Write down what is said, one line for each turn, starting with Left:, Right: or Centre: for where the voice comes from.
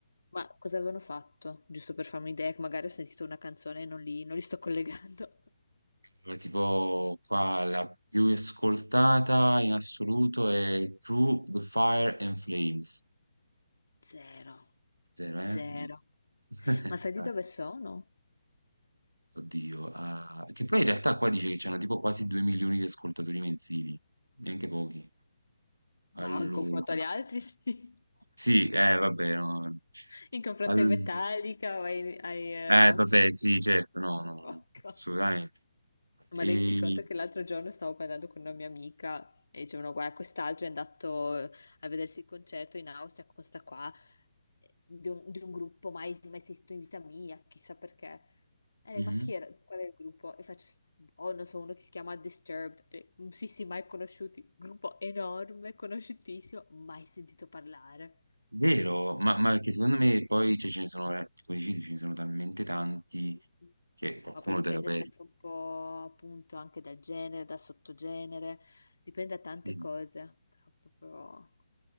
Left: Ma cosa avevano fatto? Giusto per farmi un'idea, che magari ho sentito una canzone e non li, non li sto collegando.
Right: Eh, Tipo qua la più ascoltata in assoluto è Through the Fire and Flames.
Left: Zero,
Right: Zero,
Left: zero.
Right: eh? No. <laughs> Eh,
Left: Ma sai di dove sono?
Right: Oddio. ah, che poi in realtà qua dice che c'hanno tipo quasi 2 milioni di ascoltatori mensili, neanche pochi. Allora,
Left: Bah, in confronto agli altri, sì.
Right: sì, eh, vabbè, no.
Left: In confronto
Right: Al-
Left: ai Metallica o ai, ai eh,
Right: eh,
Left: Rammstein.
Right: vabbè, sì, certo,
Left: <laughs>
Right: no, no,
Left: Poco.
Right: assolutamente.
Left: Ma
Right: E...
Left: rendi conto che l'altro giorno stavo parlando con una mia amica e dicevano, guarda, quest'altro è andato eh, a vedersi il concerto in Austria con sta qua, eh, di un, di un gruppo mai, mai esistito in vita mia, chissà perché. E lei,
Right: Mhm.
Left: ma chi era? Qual è il gruppo? E faccio, oh, non so, uno che si chiama Disturbed. E, "Mm, sì, sì, mai conosciuti. Gruppo enorme, conosciutissimo, mai sentito parlare.
Right: Vero, ma, ma che secondo me poi cioè, ce ne sono, eh, come dicevi, ce ne sono talmente tanti
Left: Mm. mm, mm.
Right: che qualcuno
Left: Ma poi dipende
Right: te lo perdi.
Left: sempre un po' appunto anche dal genere, dal sottogenere, dipende da tante
Right: Sì.
Left: cose. Però Proprio...